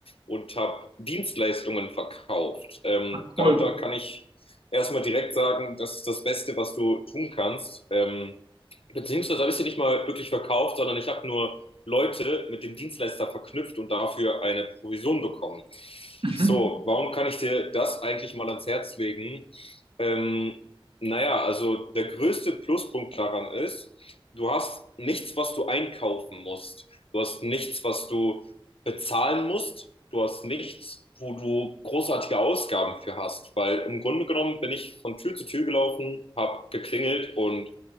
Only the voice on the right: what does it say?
Ach,
cool.
Mhm.